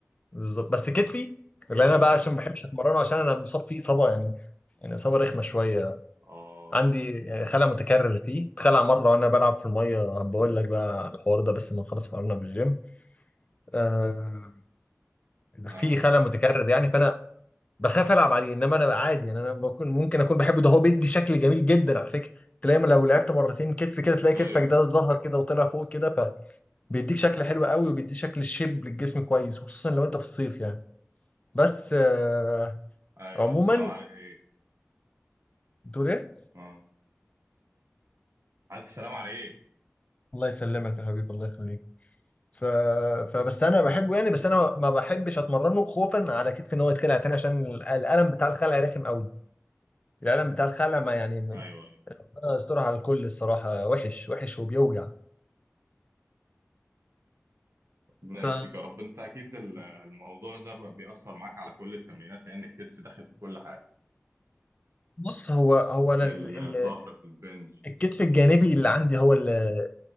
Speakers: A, on the left; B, on the right.
A: بالظبط بس كتفي اللي
B: ايوه
A: انا بقى
B: فاهم
A: عشان ما بحبش اتمرنه عشان انا مصاب فيه اصابه يعني يعني اصابه رخمه شويه
B: اه
A: عندي يعني خلع متكرر فيه اتخلع مره وانا بلعب في الميه بقول لك بقى على الحوار ده بس ما خلاص قررنا في الجيم آه في
B: ايوه
A: خلل متكرر يعني فانا بخاف العب عليه انما انا عادي يعني انا ممكن ممكن اكون بحبه ده هو بيدي شكل جميل جدا على فكره تلاقي لو لعبت مرتين كتف كده تلاقي كتفك
B: ايوه
A: ده اتظهر كده وطلع فوق كده فبيديك شكل حلو قوي وبيديك شكل شيب للجسم كويس خصوصا لو انت في الصيف يعني بس آه
B: ايوه
A: عموما
B: الف سلام عليك
A: بتقول ايه؟
B: اه الف سلام عليك
A: الله يسلمك يا حبيبي الله يخليك ف... فبس انا بحبه يعني بس انا ما بحبش اتمرنه خوفا على كتفي ان هو يتخلع تاني عشان ال- الالم بتاع الخلع رخم قوي الالم بتاع الخلع ما يعني
B: ايوه ايوه
A: أنا استراحة على الكل الصراحة وحش وحش وبيوجع
B: ربنا
A: ف
B: يشفيك يا رب انت اكيد ال- الموضوع ده بقى بيأثر معاك على كل التمرينات لان الكتف داخل في كل حاجه
A: بص هو هو انا
B: في
A: ال-
B: الظهر
A: ال-
B: في البنج
A: الكتف الجانبي اللي عندي هو ال-